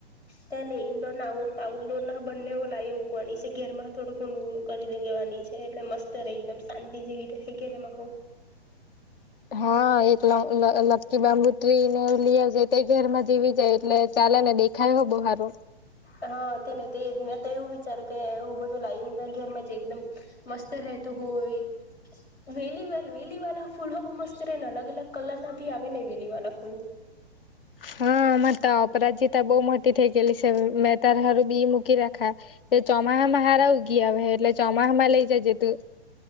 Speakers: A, on the left; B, on the left.
A: ત ને ઈન્ડોર આઉટડોર ના બંને લાવી મૂકવાની છે ઘેરમાં તોડું ઘ ખું કરી દે છે એટલે મસ્ત રહે એકદમ શાંતિ જેવી રહે ઘરેમાં હો
B: હા એકલા લક્કી બાંબુ ત્રી ને લી આવ જાય તે ઘેરમાં જીવી જાય એટલે ચાલે ને દેખાય હો બો સારો
A: હા તે ને તે જ મેં તો એવું વિચાર્યું કે હું બધું લાવીક ઘરમાં જે એકદમ મસ્ત રહેતો હોય વેલી વા વેલી વાળ ફૂલ બ મસ્ત રહે ને અલગ અલગ કલર ના ભી આવે ને વેલી વાળ ફૂલ <unintelligible>
B: હા હરે તો અપરાજીતા બહ મોટી થઈ ગયેલી છે મેં તાર હારું બી મૂકી રાખા એ ચોમાસામાં હારું ગયા હ એટલે ચોમાસામાં લઈ જજે તું